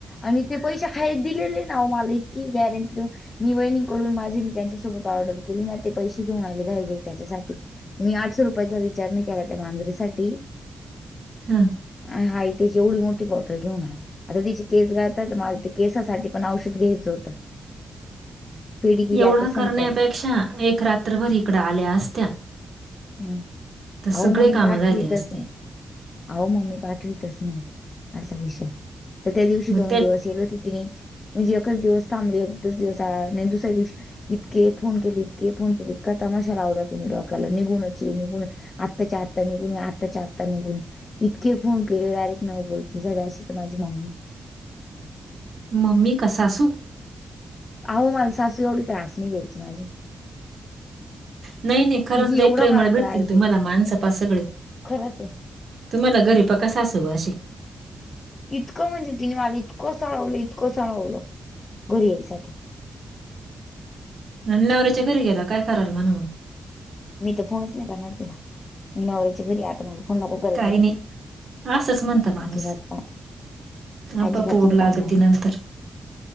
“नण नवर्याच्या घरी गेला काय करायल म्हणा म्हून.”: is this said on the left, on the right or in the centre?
Right